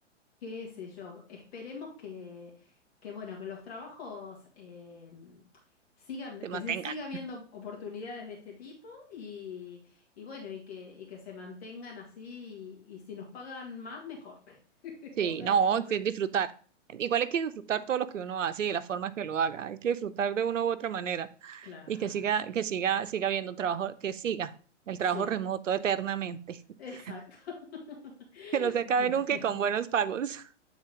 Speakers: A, on the left; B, on the right.
A: qué sé yo, esperemos que, que bueno, que los trabajos eh, sigan,
B: te
A: que
B: mantengan.
A: se siga viendo oportunidades de este tipo y, y bueno, y que, y que se mantengan así y, y si nos pagan más, mejor. <laughs>
B: Sí,
A: O sea,
B: no,
A: conseguir.
B: sí, disfrutar. Igual hay que disfrutar todo lo que uno hace y de la forma que lo haga. Hay que disfrutar de una u otra manera
A: Claro,
B: y que siga, que siga, siga habiendo trabajo, que siga el
A: sí,
B: trabajo remoto eternamente. <laughs>
A: exacto. <laughs>
B: Que no se acabe
A: Bueno,
B: nunca y con buenos pagos. <laughs>